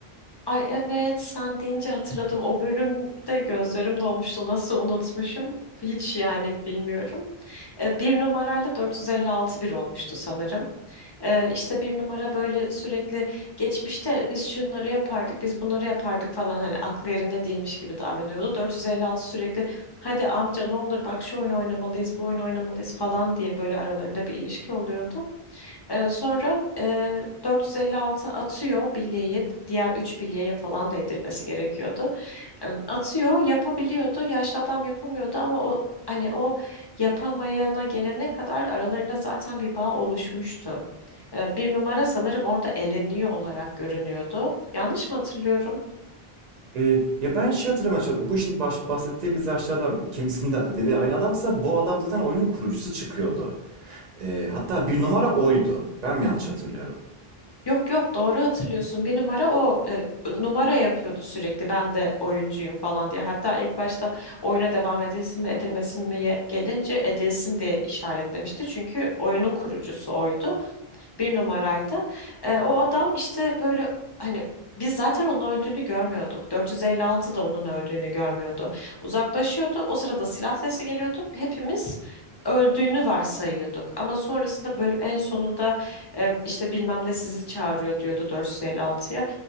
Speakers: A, on the left (about 30°); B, on the right (about 45°).
A: Ay evet sen deyince hatırladım. O bölümde gözlerim dolmuştu. Nasıl unutmuşum? Hiç yani bilmiyorum. E, bir numarayla 456 bir olmuştu sanırım. E, işte bir numara böyle sürekli geçmişte biz şunları yapardık, biz bunları yapardık falan hani aklı yerinde değilmiş gibi davranıyordu. 456 sürekli hadi amca ne olur bak şu oyun oynamalıyız, bu oyun oynamalıyız falan diye böyle aralarında bir ilişki oluyordu. Ee, sonra e, 456 atıyor bilyeyi diğer 3 bilyeye falan değdirmesi gerekiyordu. Em, atıyor yapabiliyordu yaşlı adam yapamıyordu ama o hani o yapamayana gelene kadar aralarında zaten bir bağ oluşmuştu. Ee, bir numara sanırım orada eleniyor olarak görünüyordu. Yanlış mı hatırlıyorum?
B: E, ya ben şey hatırlamaya çalışıyorum. Bu şimdi baş- bahsettiğimiz yaşlı adam ikimizin de dediği aynı adamsa bu adam zaten oyunun kurucusu çıkıyordu. E, hatta bir numara oydu. Ben mi yanlış hatırlıyorum?
A: Yok yok doğru hatırlıyorsun. Bir numara o e, numara yapıyordu sürekli. Ben de oyuncuyum falan diye. Hatta ilk başta oyuna devam edilsin mi edilmesin mi ye- gelince edilsin diye işaretlemişti. Çünkü oyunun kurucusu oydu bir numaraydı. E, o adam işte böyle hani biz zaten onun öldüğünü görmüyorduk. 456 da onun öldüğünü görmüyordu. Uzaklaşıyordu. O sırada silah sesi geliyordu. Hepimiz öldüğünü varsayıyorduk. Ama sonrasında bölüm en sonunda e, işte bilmem ne sizi çağırıyor diyordu 456'ya.